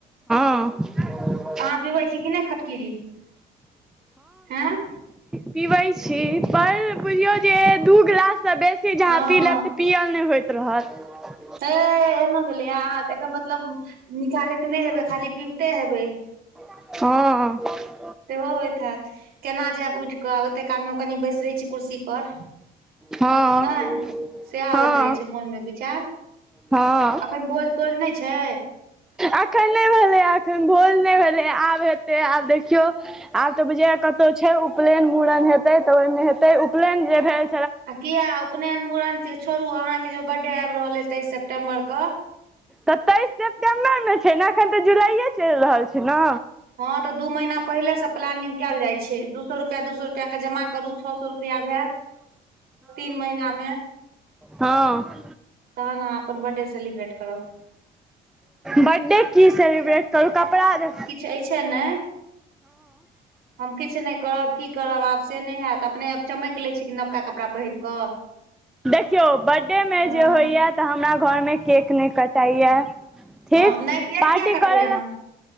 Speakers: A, in the centre; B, on the right (about 65°).
A: ह
B: अहाँ पिबै छी कि नहि खटकिरी आइ
A: पिबै छी पर बुझियौ जे दू गिलाससँ बेसी जहा
B: हँ
A: पी लेब तऽ पियल नहि होयत रहत।
B: हा ई एहनो भेलैए अहाँ एकर मतलब निकालैत नहि हेबै खाली पीबते हेबे
A: ह
B: सेहो होइत हैत केना जायब ऊइथ कऽ ओते काल मे कनि बैसि कुर्सी पर
A: हँ
B: नहि सहै
A: हँ
B: होयत रहै छै मन मे विचार
A: हँ
B: अखन भोज तोज नहि छै
A: अखन नहि भेलै एखन भोज नहि भेलै आब हेते आब देखियौ आब तऽ बुझै ये कतहु छै उपनयन मुड़न हेते तऽ ओहि मे हेते उपनयन जे रहे
B: आ किया उपनयन मुड़न के छोड़ू अहाँकेँ जे बर्थडे आबि रहल अय तेइस सेप्टे्म्बर के
A: तऽ तेइस सेप्टेम्बरमे छै ने एखन तऽ जुलाइए चलि रहल छै न
B: ह तऽ दू महीना पहिले से प्लानिंग कएल जाई छै दू सए रुपआ दू सए रुपआ के जमा करू छओ सए रुपआ हयत तीन महिना मे
A: ह
B: तहन अहाँ अपन बर्थडे सेलिब्रेट करब
A: बर्डे कि सेलिब्रेट करू कपरा द
B: अय छै नहि हम किछु नहि करब कि करब आब से नहि होयत अपने चमैक लै छी कि नवका कपड़ा पहिर क
A: देखियौ बर्थडे मे
B: हँ
A: जे होइया तऽ हमरा घर मे केकऽ नहि कटाइया ठीक
B: हँ नहि केक
A: पार्टी
B: किया कटबै
A: करै
B: अहाँ
A: लऽ